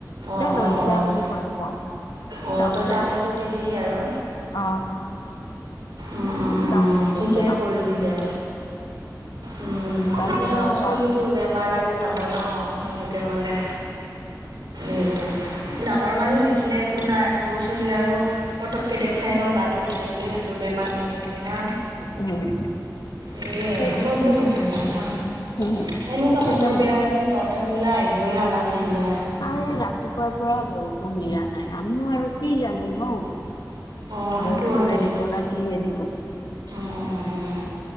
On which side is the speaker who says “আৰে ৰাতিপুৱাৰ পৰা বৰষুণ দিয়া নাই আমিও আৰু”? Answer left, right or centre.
Left